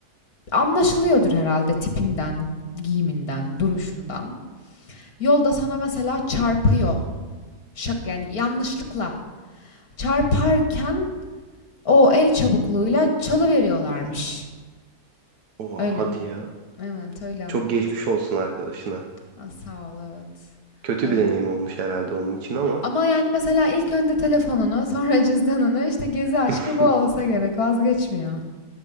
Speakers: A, on the left; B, on the right.
A: anlaşılıyordur herhalde tipinden, giyiminden, duruşundan. Yolda sana mesela çarpıyor şak yani yanlışlıkla çarparken o el çabukluğuyla çalıveriyorlarmış.
B: oha,
A: Öyle.
B: hadi ya
A: Evet öyle anlat.
B: çok geçmiş olsun arkadaşına.
A: Ha, sağ ol evet.
B: Kötü
A: Öyle.
B: bir deneyim olmuş herhalde onun için ama
A: Ama yani mesela ilk önce telefonunu sonra cüzdanını işte gezi aşkı
B: <laughs>
A: bu olsa gerek vazgeçmiyor.